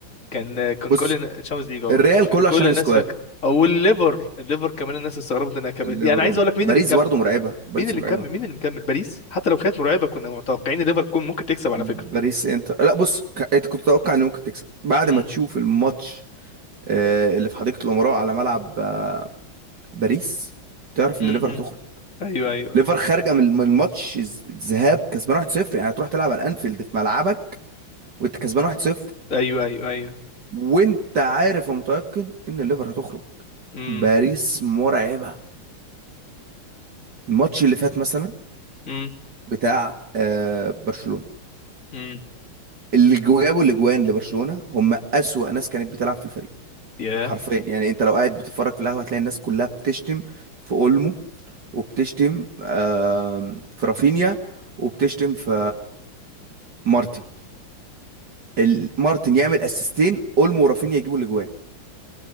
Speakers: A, on the left; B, on the right.
A: كان كان
B: بص
A: كل النا- الشامبيونز ليج اه
B: الريال
A: كان
B: كله
A: كل
B: عشان
A: الناس
B: السكواد
A: فاكره او الليفر الليفر كمان الناس استغربت انها كملت
B: ليفربول
A: يعني عايز اقول لك مين
B: باريس
A: اللي مكمل
B: برضو مرعبة باريس
A: مين اللي
B: مرعبة
A: مكمل مين اللي مكمل باريس حتى لو كانت مرعبه كنا متوقعين الليفر كون ممكن تكسب على
B: باريس
A: فكره
B: انت لا بص ك- انت كنت تتوقع ان ممكن تكسب بعد
A: امم
B: ما تشوف الماتش آه، اللي في حديقة الأمراء على ملعب آه، باريس تعرف
A: امم
B: ان ليفر
A: أمم.
B: هتخرج
A: ايوه ايوه
B: ليفر
A: ايوه
B: خارجه من من الماتش الز- الذهاب كسبان 1-0 يعني تروح تلعب على الانفيلد في ملعبك وانت كسبان 1-0
A: ايوه ايوه ايوه
B: وانت عارف ومتيقن ان الليفر هتخرج
A: امم
B: باريس مرعبه الماتش اللي فات مثلا
A: امم
B: بتاع آه برشلونه
A: امم
B: اللي جو- جابوا الاجوان لبرشلونه هم اسوأ ناس كانت بتلعب في الفريق
A: ياه
B: حرفيا يعني انت لو قاعد بتتفرج في القهوه هتلاقي الناس كلها بتشتم في اولمو وبتشتم آه في رافينيا وبتشتم في مارتن ال- مارتن يعمل اسيستين اولمو ورافينيا يجيبوا الاجوان